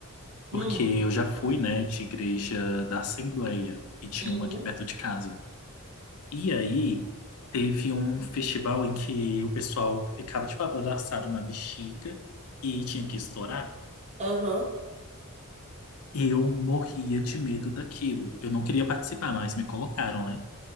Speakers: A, on the right; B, on the left.
A: Hum,
B: porque eu já fui, né, de igreja da Assembleia, e tinha
A: uhum,
B: uma aqui perto de casa. E aí, teve um festival em que o pessoal ficava, tipo, abraçado na bexiga e tinha que estourar.
A: aham,
B: Eu morria de medo daquilo. Eu não queria participar, mas me colocaram, né?